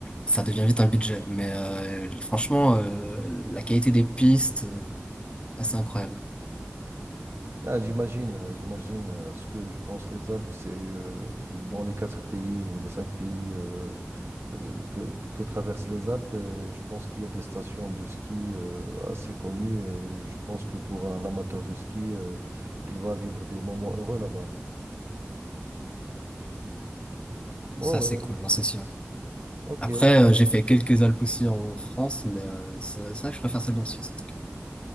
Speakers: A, on the left; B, on the right.
A: ça devient vite un budget. Mais euh, franchement, euh, la qualité des pistes, euh, assez incroyable.
B: Ah, j'imagine, hein, j'imagine. euh, Ce que je pense, les Alpes, c'est euh, dans les quatre pays ou les cinq pays euh, euh, que, que traversent les Alpes, euh, je pense qu'il y a des stations de ski euh, assez connues et je pense que pour un amateur de ski, euh, il va vivre des moments heureux là-bas. Ouais,
A: Ça,
B: ouais,
A: c'est cool, non, c'est sûr.
B: ok,
A: Après,
B: ok.
A: euh, j'ai fait quelques Alpes aussi en France, mais euh, ça, ça, je préfère celle en Suisse, en tout cas.